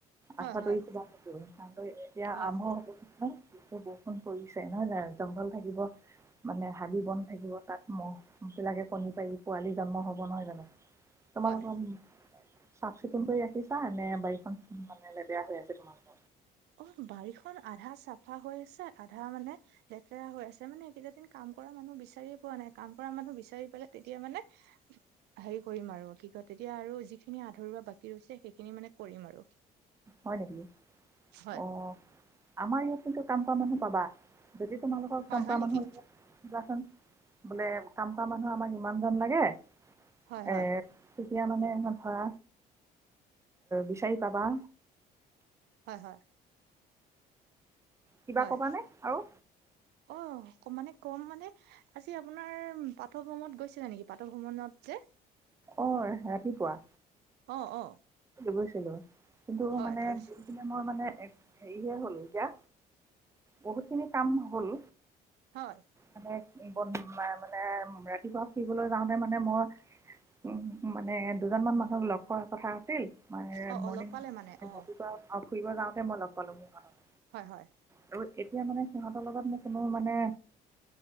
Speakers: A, on the right; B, on the right.
A: হয়
B: আঠুৱা তৰি
A: হয়
B: শুবা কিন্তু। কাৰণ এতিয়া
A: হয়
B: আৰম্ভ হ'ব নহয়। বৰষুণ পৰিছে নহয় জানো, জংঘল থাকিব মানে হাবি বন থাকিব, তাত মহ বিলাকে কণী পাৰি পোৱালি জন্ম হ'ব নহয় জানো। তোমালোকৰ
A: হয়
B: চাফ চিকুণ কৰি ৰাখিছা নে বাৰীখন মানে লেতেৰা হৈ আছে?
A: অ' বাৰীখন আধা চাফা হৈ আছে আধা মানে লেতেৰা হৈ আছে। মানে এই কেইটা দিন কাম কৰা মানুহ বিচাৰিয়ে পোৱা নাই, কাম কৰা মানুহ বিচাৰি পেলাই তেতিয়া মানে হেৰি কৰিম আৰু কি কয় তেতিয়া আৰু যিখিনি আধৰুৱা বাকী ৰৈছে সেইখিনি মানে কৰিম আৰু।
B: হয় নেকি?
A: হয়।
B: অ' আমাৰ ইয়াত কিন্তু কাম কৰা মানুহ পাবা। যদি তোমালোকক
A: হয়,
B: কাম
A: হয়
B: কৰা
A: নেকি?
B: মানুহ লাগে কবাচোন, বোলে কাম কৰা মানুহ আমাক ইমানজন লাগে এ
A: হয়, হয়,
B: তেতিয়া মানে ধৰা বিচাৰি পাবা।
A: হয় হয়।
B: কিবা
A: হয়,
B: কবা নে আৰু?
A: অ' কম মানে কম মানে আজি আপোনাৰ পাটভ্ৰমণত গৈছিলা নেকি, পাটভ্ৰমণত যে?
B: অঁ' ৰাতিপুৱা।
A: অ' অ'।
B: গৈছিলো কিন্তু
A: হয়,
B: মানে
A: তাৰপিছত
B: ম‌ই মানে হেৰিহে হ'ল এতিয়া বহুতখিনি কাম হ'ল।
A: হয়।
B: মানে মানে ৰাতিপুৱা ফুৰিবলৈ যাওঁতে মানে মই উমঁ' মানে দুজনমান মানুহক লগ পোৱা কথা আছিল ম-মৰ্ণিং
A: অ', অ', লগ পালে মানে অ',
B: ৰাতিপুৱা ফুৰিব যাওঁতে মই লগ পালোঁ সিহঁতক।
A: হয় হয়।
B: আৰু এতিয়া মানে সিহঁতৰ লগত মোক কোনো মানে